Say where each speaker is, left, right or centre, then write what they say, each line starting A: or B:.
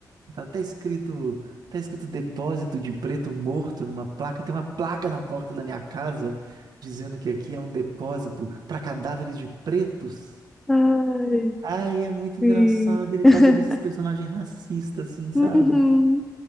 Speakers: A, on the right; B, in the centre.
A: fala, tá escrito, tá escrito depósito de preto morto numa placa. Tem uma placa na porta da minha casa dizendo que aqui é um depósito para cadáveres de pretos.
B: Ai,
A: Ai, é muito
B: sim.
A: engraçado ele fazendo
B: <laughs>
A: esses personagens racistas, assim, sabe?
B: Uhum.